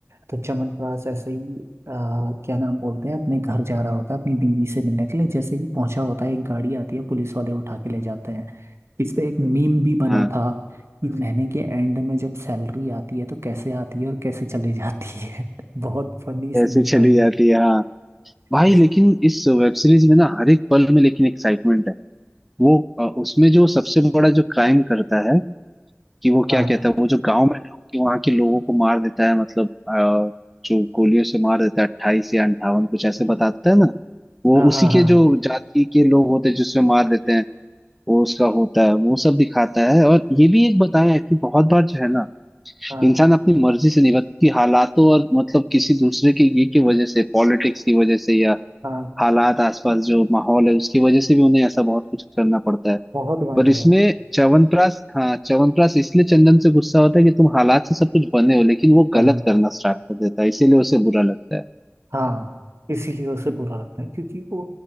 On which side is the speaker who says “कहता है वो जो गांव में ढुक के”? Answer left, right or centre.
Centre